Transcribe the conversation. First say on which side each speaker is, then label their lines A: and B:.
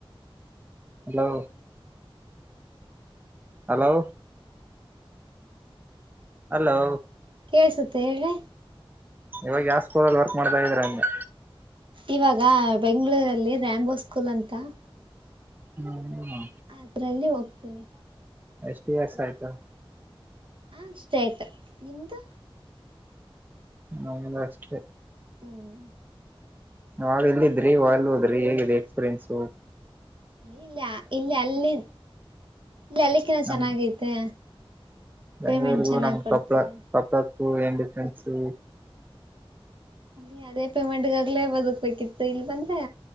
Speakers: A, on the right; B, on the right.
A: ಹಲೋ ಹಲೋ ಹಲೋ
B: ಕೇಳ್ಸುತ್ತೆ ಹೆಳ್ರಿ.
A: ಇವಾಗ್ ಯಾವ್ ಸ್ಕೂಲಲ್ಲಿ ವರ್ಕ್ ಮಾಡ್ತ ಇದಿರ ಅಂದೆ,
B: ಇವಾಗ ಬೆಂಗ್ಗಳೂರಲ್ಲಿ ರಾಂಬೊ ಸ್ಕೂಲ್ ಅಂತ.
A: ಹ್ಮ ಹ್ಮ
B: ಅದ್ರಲ್ಲಿ ಹೋಗ್ತೀನಿ.
A: ಎಷ್ಟ ದಿವ್ಸ ಆಯ್ತು.
B: ಆ ಸ್ಟೇಟ್ ನಿಮ್ದು
A: ನ ಅಷ್ಟೇ
B: ಹ್ಮ್
A: ನಾವಾಗ ಎಲ್ಲಿದ್ರಿ ಅಲ್ ಹೋದ್ರಿ ಹೇಗಿದೆ ಎಕ್ಸ್ಪೀರಿಯನ್ಸ
B: ಇಲ್ಲಿ ಇಲ್ಲಿ ಅಲ್ಲಿ ಇಲ್ಲಿ ಅಲ್ಲಿಕ್ಕಿನ
A: ನಮ್
B: ಚೆನ್ನಾಗೈತೆ
A: ಬೆಂಗಳೂರಿಗೂ
B: ಪೇಮೆಂಟ್ ಚೆನ್ನಾಗ್
A: ನಮ್
B: ಕೊಡ್ತಾರೆ
A: ಕಪ ಕಪಪು ಎಂಡ ನ್ಸು
B: ಹ್ಮ್ ಅಲ್ಲಿ ಅದೇ ಪೇಮೆಂಟ್ಗಾಗಲೇ ಬದುಕ್ಬೇಕಿತ್ತು ಇಲ್ ಬಂದ್ರೆ